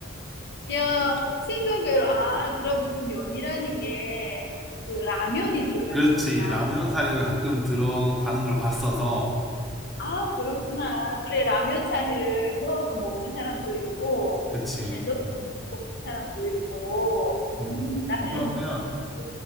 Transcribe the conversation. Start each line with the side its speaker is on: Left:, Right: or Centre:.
Left: 야, 생각외로, 아, 그럼 그 면이라는 게 그 라면이 들어가는
Centre: 그렇지.
Left: 거구나.
Centre: 라면 사리가 가끔 들어가는 걸 봤어서.
Left: 아, 그렇구나. 그래, 라면 사리를 넣어서 먹는 사람도 있고,
Centre: 그치.
Left: 그냥 넣어서 안 먹는 사람도 있고, 음,
Centre: 음.
Left: 네. 나는
Centre: 그러면
Left: 그,